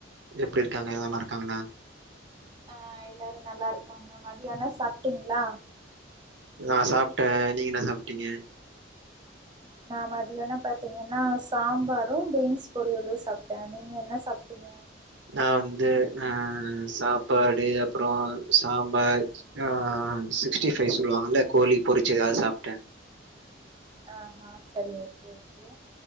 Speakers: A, on the right; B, on the right.
A: எப்டி இருக்காங்க நல்லா இருக்காங்ளா
B: அ எல்லாரு நல்லா இருக்காங்க மதியானோ சாப்ட்டீங்ளா
A: நா சாப்ட்டே நீங்க என்ன சாப்ட்டீங்க
B: நா மதியானோ பாத்தீங்கன்னா சாம்பாரு பீன்ஸ் பொரியளு சாப்ட்டே நீங்க என்ன சாப்ட்டீங்க
A: நா வந்து அ சாப்பாடு அப்றோ சாம்பார் ஆ சிக்ஸ்டி ஃபைவ் சொல்லுவாங்கல்ல கோழி பொரிச்சு அது சாப்ட்டே
B: ஆஹா செரி ஓகே ஓகே